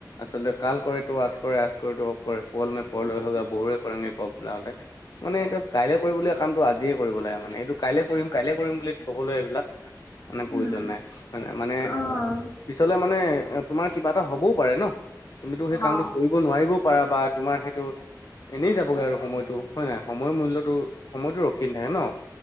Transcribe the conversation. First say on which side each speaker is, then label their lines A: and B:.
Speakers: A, on the left (about 55°); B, on the left (about 40°).
A: আচলতে কাল কৰেতো আজ কৰে আজ কেত আব পল মে পলৈ হোগা বহুৰে কৰেগে কব বোলাগতে মানে কাইলৈ কৰিবলগীয়া কামটো আ আজিয়ে কৰিব লাগে মানে এইটো কাইলে কৰিম কাইলে কৰিম বুলি থবলৈ এইবিলাক মানে প্ৰয়োজন
B: উম
A: নাই হয় নাই মানে
B: অ'
A: পিছলে মানে তোমাৰ কিবা এটা হবও পাৰে ন তুমিতো সেই কামটো
B: অ'
A: কৰিব নোৱাৰিব পাৰা বা তোমাৰ সেইটো এনেই যাবগৈ আৰু সময়টো হয় নাই সময়ৰ মূল্যটো সময়টো ৰখ ৰখি নাথাকে ন,